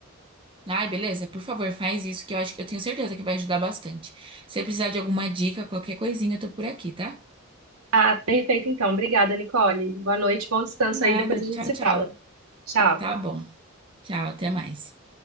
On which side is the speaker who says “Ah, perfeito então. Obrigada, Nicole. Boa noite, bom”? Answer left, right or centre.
Right